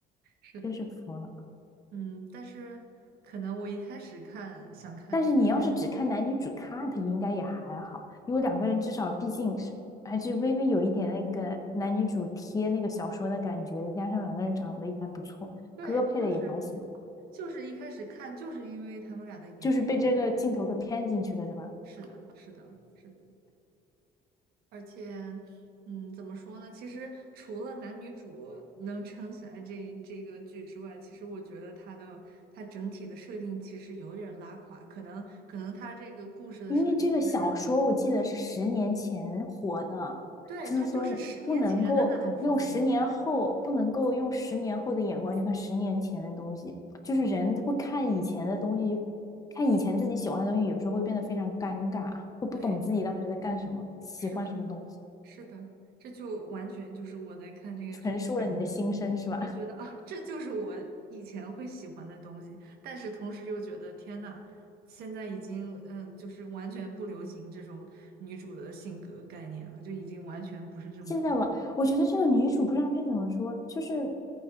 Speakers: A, on the right; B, on the left.
A: 是的，
B: 真是服了。
A: 嗯，但是可能我一开始看想看这个剧，
B: 但是你要是只看男女主 cut，应该也还好，因为两个人至少毕竟是还是微微有一点那个男女主贴那个小说的感觉的，加上两个人长得也还不错，
A: 对，
B: 歌配的也还行。
A: 就是就是一开始看就是因为他们俩的颜值，
B: 就是被这个镜头给骗进去的，是吧？
A: 是的，是的，是的。而且，嗯，怎么说呢？其实除了男女主能撑起来这这个剧之外，其实我觉得它的它整体的设定其实有点儿拉垮，可能可能它这个故事的设定就是，
B: 因为这个小说我记得是十年前火的，
A: 对，
B: 就是说不能够用十年后，
A: 它就是十年前的那种风格。
B: 不能够用十年后的眼光去看十年前的东西，就是人会看以前的东西，看以前自己喜欢的东西，有时候会变得非常尴尬，会不懂自己当时在干什么，
A: 对，
B: 喜欢什么东西，
A: 是的。是的，这就完全就是我在看这个剧的感觉，
B: 陈述了你的心声，是吧？
A: 就觉得啊，这就是我以前会喜欢的东西，但是同时又觉得天呐，现在已经嗯，就是完全不流行这种女主的性格概念了，就已经完全不是这种风。
B: 现在我我觉得这个女主不知道该怎么说，就是